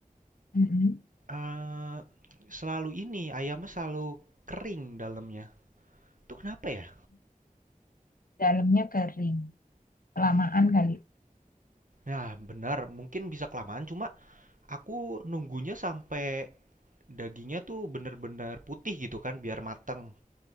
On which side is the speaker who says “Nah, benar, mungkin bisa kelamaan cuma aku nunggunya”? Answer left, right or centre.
Right